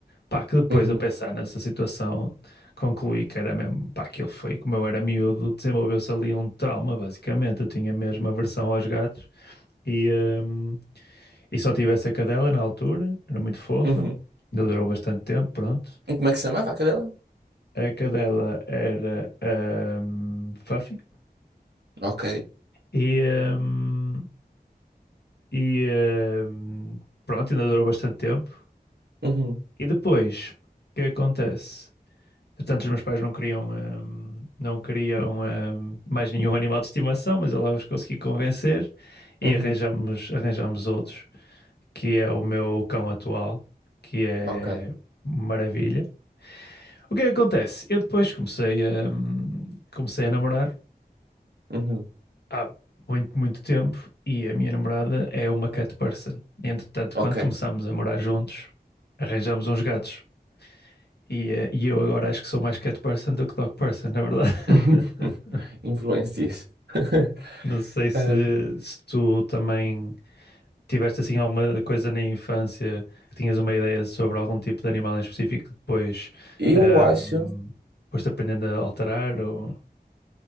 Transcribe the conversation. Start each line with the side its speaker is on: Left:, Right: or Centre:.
Left: Pá, que depois
Right: Uhum,
Left: a pensar nessa situação, concluí que era mesmo, pá, aquilo foi, como eu era miúdo, desenvolveu-se ali um trauma, basicamente. Eu tinha mesmo aversão aos gatos e, hum, e só tive essa cadela na altura, era muito fofa,
Right: uhum.
Left: ainda durou bastante tempo, pronto.
Right: E Como é que se chamava a cadela?
Left: A cadela era hum, Fluffy
Right: Ok.
Left: e, hum, e hum, pronto, ainda durou bastante tempo.
Right: Uhum,
Left: E depois, o que acontece? Portanto, os meus pais não queriam, hum, não queriam, hum, mais nenhum <laughs> animal de estimação, mas eu lá os consegui convencer e
Right: uhum,
Left: arranjamos, arranjamos outros, que é o meu cão atual, que é
Right: ok,
Left: maravilha. O que é que acontece? Eu depois comecei a, hum, comecei a namorar
Right: uhum,
Left: há muito, muito tempo e a minha namorada é uma cat person. E, entretanto,
Right: ok.
Left: quando começámos a morar juntos, arranjámos uns gatos. E, eh, e eu agora acho que sou mais cat person do que dog person, na verdade. <laughs>
Right: <laughs> Influências. <laughs>
Left: Não sei se,
Right: Um,
Left: se tu também tiveste assim alguma coisa na infância que tinhas uma ideia sobre algum tipo de animal em específico que depois
Right: eu
Left: ahm,
Right: acho,
Left: foste aprendendo a alterar ou...